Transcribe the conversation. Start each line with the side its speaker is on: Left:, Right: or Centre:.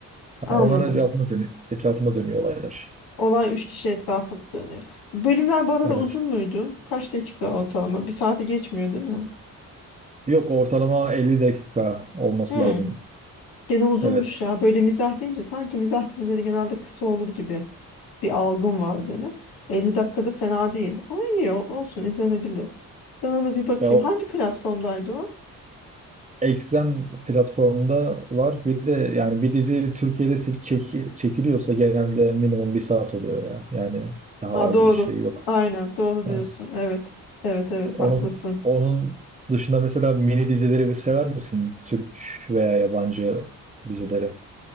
Left: Anladım.
Right: yani onların etrafında dönüyor, etrafında dönüyor olaylar
Left: Olay üç kişi etrafında dönüyor. Bölümler bu arada
Right: evet
Left: uzun muydu? Kaç dakika ortalama? Bir saati geçmiyor değil mi?
Right: yok ortalama 50 dakika olması
Left: Hmm,
Right: lazım
Left: gene uzunmuş
Right: evet
Left: ya. Böyle mizah deyince sanki mizah dizileri genelde kısa olur gibi bir algım var benim. 50 dakikada fena değil. Ama iyi o- olsun izlenebilir. Ben ona bir bakayım.
Right: ya o-
Left: Hangi platformdaydı o?
Right: Exxen platformunda var. Bir de yani bir dizi Türkiye'de se- çeki- çekiliyorsa genelde minimum bir saat oluyor ya. Yani daha
Left: Aa,
Right: az
Left: doğru.
Right: bir şey yok.
Left: Aynen doğru
Right: Ha.
Left: diyorsun. Evet. Evet evet
Right: Onun
Left: haklısın.
Right: onun dışında mesela mini dizileri bir sever misin? Türk veya yabancı dizileri.